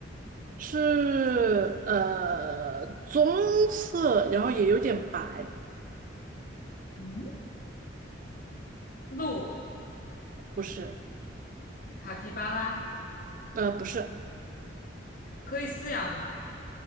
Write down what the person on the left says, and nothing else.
嗯，鹿、
卡皮巴拉
可以饲养吗？